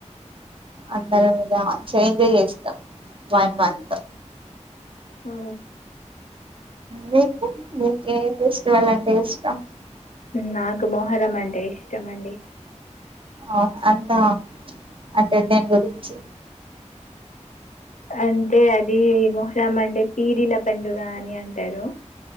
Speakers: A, on the right (about 45°); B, on the left (about 85°).
A: అందరం ఇగ చేంజ్ చేస్తాం వన్ మంత్
B: ఆ,
A: మీకు మీకే ఫెస్టివల్ అంటే ఇష్టం
B: నాకు మోహరం అంటే ఇష్టం అండి
A: అవున అంతా అంటే దేని గురించి
B: అంటే అది మొహ్రమ అంటే పీరిల పండుగ అని అంటారు